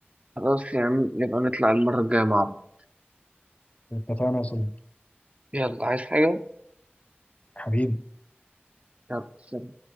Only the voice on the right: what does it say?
خلاص يا عم نبقى نطلع المرة الجاية مع بعض
يلا عايز حاجة؟
يلا سلام.